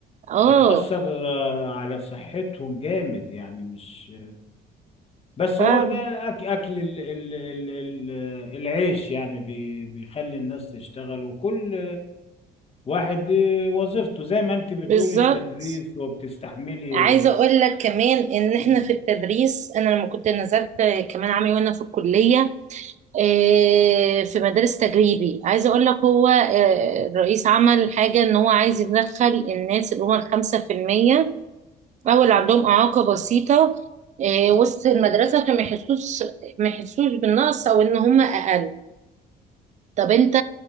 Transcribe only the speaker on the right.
اه
فاهم
بالظبط
عايزة اقول لك كمان ان احنا
في التدريس انا لما كنت نزلت كمان عامل وانا في الكلية آه، في مدارس تجريبي عايزة اقول لك هو آه، الرئيس عمل حاجة ان هو عايز يدخل الناس اللي هم الخمسة في المية أو اللي عندهم إعاقة بسيطة آه، وسط المدرسة عشان ما يحسوش ما يحسوش بالنقص أو إن هم أقل طب أنت